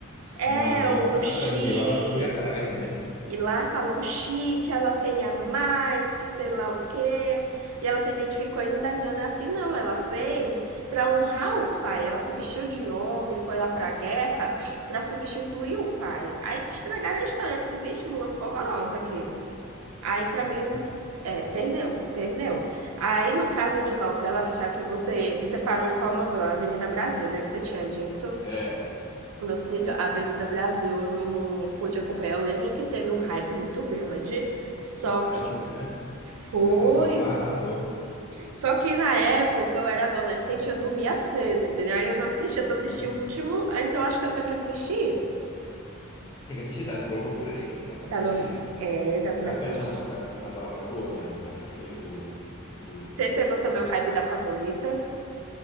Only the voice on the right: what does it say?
É
um
chi
e lá falam chique, que ela tem a mais, que sei lá o quê. E ela se identificou e no desenho não é assim, não. Ela fez para honrar o pai. Ela se vestiu de homem, foi lá para a guerra para substituir o pai. Aí estragaram a história desse bicho, Mulan ficou horrorosa aqui. Aí para
mim, é, perdeu, perdeu. Aí no caso de novela, que já que você, você parou em qual novela? Avenida Brasil, né? Que você tinha dito.
Meu filho, a Avenida Brasil, eu não pude acompanhar. Eu lembro que teve um hype muito grande, só
que
foi.
Só que na época eu era adolescente, eu dormia cedo, entendeu? Aí eu não assisti, eu só assisti
o último, ah, então acho que eu tenho que assistir.
Tá
no... É, dá
pra
assistir.
Você pegou também o hype da favorita?